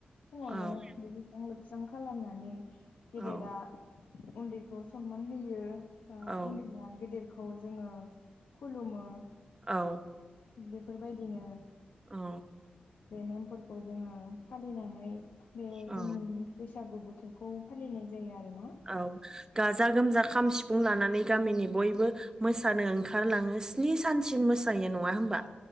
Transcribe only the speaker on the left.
फुङावनो
दुगैस्रां लोब स्रां खालामनानै गेदेरा
उन्दैखौ सनमान होयो। बा
उन्दैया गेदेरखौ जोङो खुलुमो।
बेफोरबायदिनो
बे नेमफोरखौ जोङो फालिनानै बे
जोंनि बैसा गु बोथोरखौ फालिनाय जायो आरो ना।